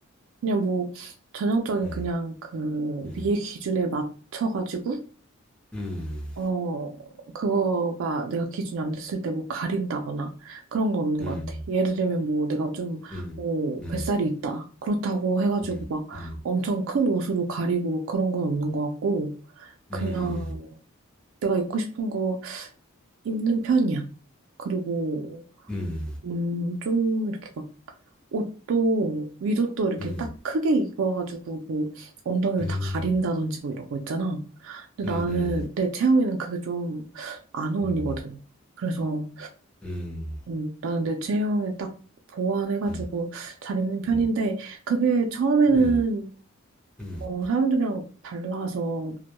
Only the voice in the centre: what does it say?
음,
음,
음,
음,
음,
음,
음,
음, 음,
음, 음,
음.
음.
음음.
음.
음.
음. 음.
음.
음. 음.